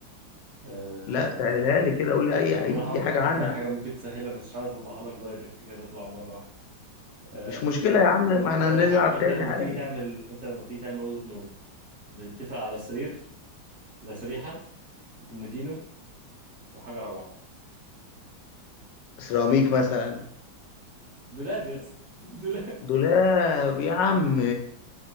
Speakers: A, on the right; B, on the left.
A: أه
B: لا سهلها لي كده قول لي أي
A: عمال
B: أي
A: أحاول أفكر
B: حاجة عنها
A: في أي حاجة ممكن تسهلها بس مش عارف أطلعها لك دايركت كده تطلع مرة واحدة آه،
B: مش مشكلة يا عم ما
A: أب-
B: احنا
A: أقول
B: هنلعب
A: لك حاجة أنت
B: تاني
A: لما
B: عادي.
A: بتيجي تعمل أنت لما بتيجي تعمل أوضة نوم بتتفق على السرير بتسريحة وكومودينو وحاجه رابعه
B: سيراميك مثلا
A: دولاب يا اسطى <laughs> دولاب
B: دولاب يا عم